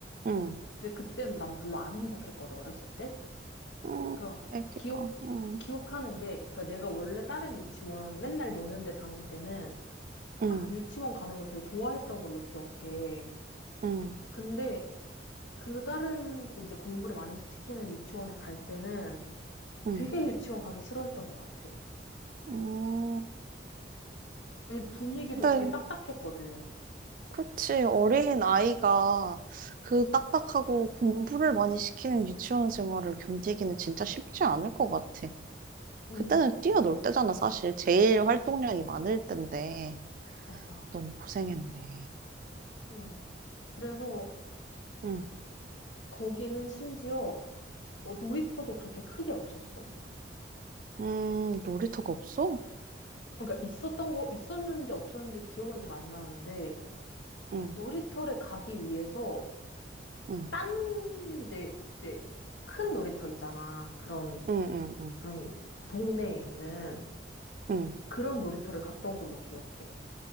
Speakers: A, on the right; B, on the left.
A: 응,
B: 근데 그때는 난 별로 안 행복했거든, 어렸을 때.
A: 응,
B: 그,
A: 애기가.
B: 기억,
A: 응,
B: 기억하는 게, 그니까 내가 원래 다른 유치원 맨날 노는 데 다닐 때는
A: 응,
B: 막 유치원 가는 걸 되게 좋아했던 걸로 기억해.
A: 응,
B: 근데 그 다른, 그 이제 공부를 많이 시키는 유치원에 갈 때는
A: 응.
B: 되게 유치원 가기 싫어했던 것 같아.
A: 음,
B: 왜냐면 분위기도
A: 근데
B: 되게 딱딱했거든.
A: 그치 어린 아이가 그 딱딱하고 공부를 많이 시키는 유치원 생활을 견디기는 진짜 쉽지 않을 것 같아.
B: 오,
A: 그때는 뛰어놀 때잖아, 사실. 제일 활동량이 많을 때인데
B: 맞아.
A: 너무 고생했네.
B: 응. 그래서
A: 응.
B: 거기는 심지어 어, 놀이터도 그렇게 크게 없었어.
A: 음, 놀이터가 없어?
B: 그러니까 있었던 거, 있었는지 없었는지 기억은 잘 안 나는데,
A: 응,
B: 놀이터를 가기 위해서,
A: 응,
B: 딴, 이제, 이제, 큰 놀이터 있잖아. 그런,
A: 응, 응, 응,
B: 그런, 동네에 있는
A: 응.
B: 그런 놀이터를 갔던 걸로 기억해.